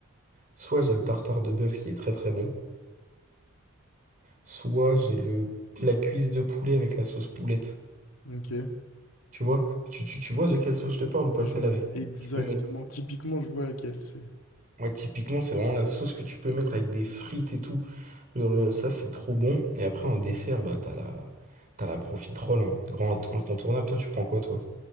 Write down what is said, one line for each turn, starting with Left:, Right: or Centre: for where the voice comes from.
Right: Soit j'ai le tartare de bœuf qui est très très bon. Soit j'ai le, la cuisse de poulet avec la sauce poulette.
Left: Ok.
Right: Tu vois? Tu, tu, tu vois de quelle sauce je te parle ou pas
Left: Bah,
Right: celle
Left: je vois
Right: avec?
Left: exactement.
Right: Tu peux mettre
Left: Typiquement, je vois laquelle c'est.
Right: Ouais, typiquement, c'est vraiment la sauce que tu peux mettre avec des frites et tout. Euh, ça, c'est trop bon. Et après, en dessert, bah, t'as la, t'as la profiterole, hein. Grand incontournable. Toi, tu prends quoi, toi?